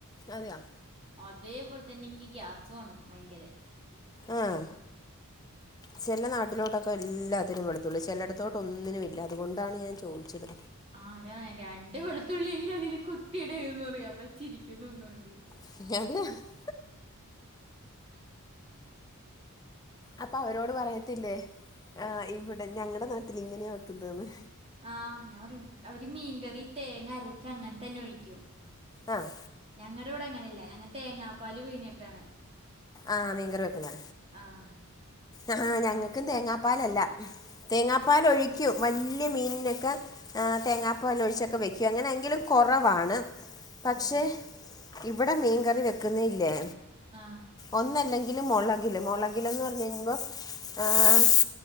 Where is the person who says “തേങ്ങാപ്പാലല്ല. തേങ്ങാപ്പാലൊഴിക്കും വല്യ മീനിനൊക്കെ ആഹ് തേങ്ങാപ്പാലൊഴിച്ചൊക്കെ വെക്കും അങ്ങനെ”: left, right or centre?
Left